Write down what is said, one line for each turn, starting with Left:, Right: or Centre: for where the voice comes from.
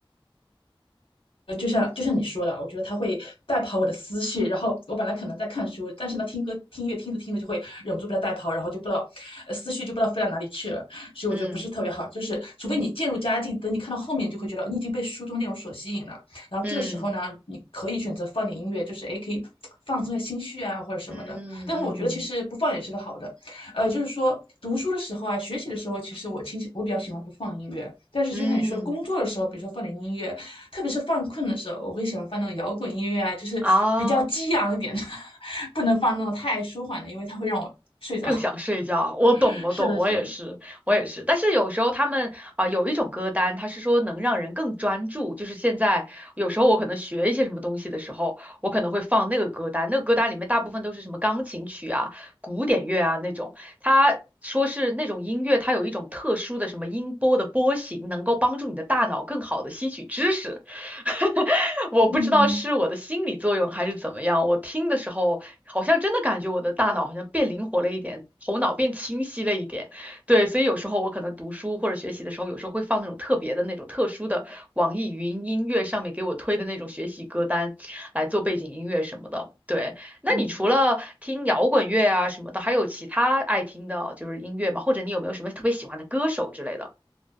Left: 呃，就像就像你说的啊，我觉得它会带跑我的思绪。然后我本来可能在看书，但是呢，听歌听音乐听着听着就会忍不住被它带跑，然后就不知道，呃思绪就不知道飞到哪里去了。所以我觉得不是特别好，
Right: 嗯
Left: 就是除非你渐入佳境，等你看到后面，就会觉得哦你已经被书中内容所吸引了。然后这个时候呢，
Right: 嗯
Left: 你可以选择放点音乐，就是诶，可以放松一下心绪啊，或者什么的。
Right: 嗯嗯
Left: 但是我觉得其实不放也是个好的，呃，就是说读书的时候啊，学习的时候，其实我倾向我比较喜欢不放音乐，但是就像你说，
Right: 嗯，
Left: 工作的时候，比如说放点音乐。特别是犯困的时候，我会喜欢放那种摇滚音乐啊，就是比较激昂一点的，
Right: 哦。
Left: <laughs> 不能放那种太舒缓的，因为它会让我睡着。
Right: 更想睡觉。我懂，
Left: <laughs>
Right: 我懂，
Left: 是的，
Right: 我也是，
Left: 是的，
Right: 我也是。但是有时候他们啊、有一种歌单，它是说能让人更专注。就是现在有时候我可能学一些什么东西的时候，我可能会放那个歌单。那个歌单里面大部分都是什么钢琴曲啊、古典乐啊那种。它说是那种音乐，它有一种特殊的什么音波的波形，能够帮助你的大脑更好的吸取知识。<laughs> 我不知道是我的心理作用还是怎么样，
Left: 嗯
Right: 我听的时候。好像真的感觉我的大脑好像变灵活了一点，头脑变清晰了一点。对，所以有时候我可能读书或者学习的时候，有时候会放那种特别的那种特殊的网易云音乐上面给我推的那种学习歌单来做背景音乐什么的。对，那你除了听摇滚乐啊什么的，
Left: 嗯，
Right: 还有其他爱听的就是音乐吗？或者你有没有什么特别喜欢的歌手之类的？